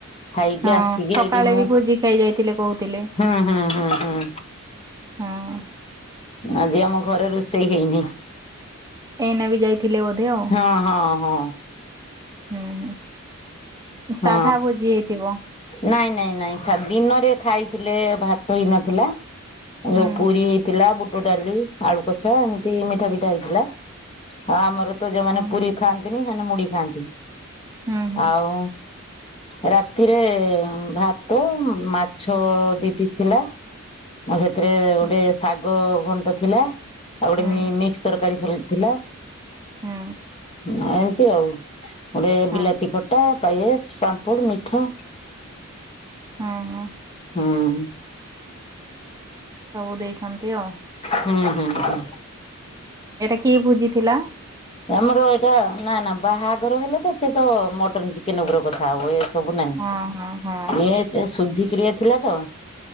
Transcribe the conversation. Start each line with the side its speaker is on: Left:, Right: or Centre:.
Left: ଖାଇକି
Right: ହଁ
Left: ଆସିକି
Right: ସକାଳେ
Left: ଏଇଠି ମୁଁ
Right: ବି ଭୋଜି ଖାଇ ଯାଇଥିଲେ କହୁଥିଲେ
Left: ହୁଁ ହୁଁ ହୁଁ ହୁଁ।
Right: ହଁ।
Left: ଆଜି ଆମ ଘରେ ରୋଷେଇ ହେଇନି।
Right: ଏଇନାେ ବି ଯାଇଥିଲେ ବୋଧେ ଆଉ।
Left: ହଁ ହଁ ହଁ।
Right: ହୁଁ। ସାଧା
Left: ହଁ।
Right: ଭୋଜି ହେଇଥିବ
Left: ନାଇଁ ନାଇଁ ନାଇଁ ଦିନରେ ଖାଇଥିଲେ ଭାତ ହେଇ ନଥିଲା। ଯୋଉ
Right: ହୁଁ
Left: ପୁରୀ ହେଇଥିଲା ବୁଟ ଡାଲି ଆଳୁ କଷା ଏମିତି ମିଠା ପିଠା ହେଇଥିଲା। ଆଉ ଆମର ତ ଯୋଉମାନେ
Right: ହୁଁ
Left: ପୁରୀ ଖାଆନ୍ତିନି ସେମାନେ ମୁଢି ଖାଆନ୍ତି।
Right: ହୁଁ ହୁଁ
Left: ଆଉ ରାତିରେ ଭାତ ମାଛ ଦି ପିଶ୍ ଥିଲା ମୁଁ ସେ ଏଥିରେ ଗୋଟେ
Right: ହୁଁ
Left: ଶାଗ ଘଣ୍ଟ ଥିଲା ଆଉ ଗୋଟେ
Right: ହୁଁ
Left: ମିକ୍ସ ତରକାରୀ ଥି ଥିଲା।
Right: ହୁଁ।
Left: ନା ଏମିତି ଆଉ ଗୋଟେ
Right: ହଁ
Left: ବିଲାତି ଖଟା ପାଏସ ପାମ୍ପୁଡ ମିଠା।
Right: ହଁ ହଁ।
Left: ହୁଁ।
Right: ସବୁ ଦେଇଛନ୍ତି ଆଉ।
Left: ହୁଁ ହୁଁ ହୁଁ।
Right: ଏଇଟା କିଏ ଭୋଜିଥିଲା?
Left: ଆମର ଏଇଟା ନା ନା ବାହାଘର ହେଲେ ତ ସେ ତ ମଟନ ଚିକେନ ଉପର କଥା ହବ ଏଇ ସବୁ ନାଇଁ
Right: ହଁ ହଁ ହଁ
Left: ଏ ଯେ ଶୁଧିକ୍ରିୟା ଥିଲା ତ।